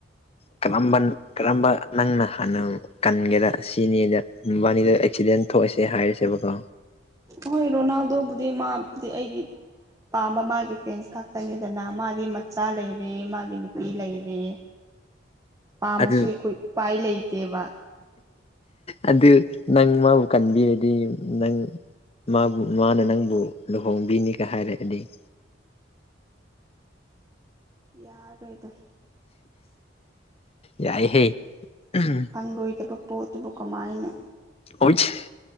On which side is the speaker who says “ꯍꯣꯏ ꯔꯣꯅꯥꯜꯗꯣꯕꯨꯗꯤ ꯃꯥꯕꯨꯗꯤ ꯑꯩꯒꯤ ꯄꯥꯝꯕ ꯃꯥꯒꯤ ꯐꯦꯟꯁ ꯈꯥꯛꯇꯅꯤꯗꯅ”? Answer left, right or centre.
Right